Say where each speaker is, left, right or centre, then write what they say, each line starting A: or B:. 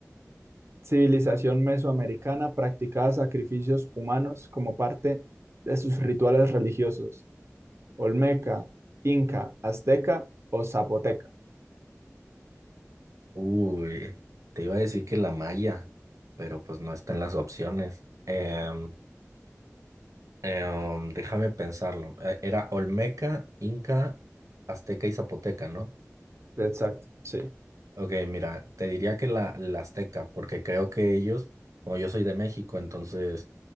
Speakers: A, on the right; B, on the right.
A: civilización mesoamericana practicaba sacrificios humanos como parte de sus rituales religiosos. Olmeca, Inca, Azteca o Zapoteca.
B: Uy, te iba a decir que la malla, pero pues no está en las opciones. Em, em, déjame pensarlo. Eh, Era Olmeca, Inca, Azteca y Zapoteca, ¿no?
A: Exacto, sí.
B: Ok, mira, te diría que la, la Azteca, porque creo que ellos, como yo soy de México, entonces,